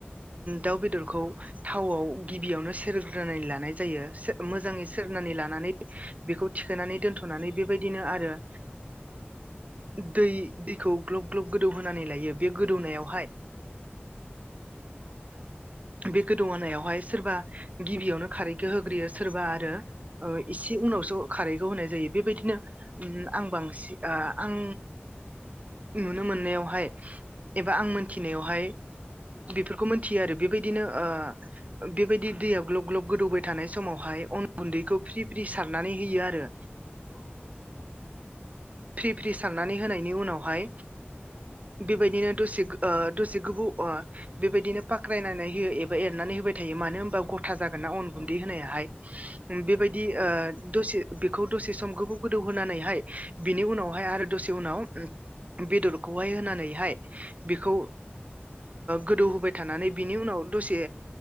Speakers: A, on the right; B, on the left.
A: दाउ बेदरखौ थावआव गिबियावनो सेरग्रोनानै लानाय जायो
B: औ
A: मोजाङै सेरनानै लानानै बेखौ थिखोनानै दोनथ'नानै बेबाय दिनो आरो दै दैखौ ग्लब ग्लब गोदौ होनानै लायो बे गोदौनायाव
B: उम
A: बे गोदौआानायावहाय सोरबा गिबियावनो खारैखौ होग्रोयो सोरबा आरो
B: औ
A: इसे उनावसो खारैखौ होनाय जायो बेबायदिनो आं बांसिन आं नुनो मोननायावहाय एबा आं मोनथिनायावहाय
B: उम
A: बेफोरखौ मोनथियो आरो बेबायदिनो ओ बेबायदि दैयाव ग्लब ग्लब गोदौबाय थानाय समावहाय अन गुन्दैखौ फ्रि फ्रि सारनानै होयो आरो
B: औ औ
A: फ्रि फ्रि साननानै होनायनि उनावहाय बेबायदिनो दसे ओ दसे गोबाव ओ बेबायदिनो फाख्रायनानै होयो एबा एनानै होबाय थायो मानो होनबा गथ था जागोन्ना अन गुन्दै
B: औ
A: होनायाहाय बेबायदि
B: उम
A: ओ दसे बेखौ दसे सम गोबाव गोदौ होनानैहाय बिनि उनावहाय आरो दसे उनाव बेदरखौहाय होनानैहाय बेखौ गोदौ होबाय थानानै बिनि उनाव दसे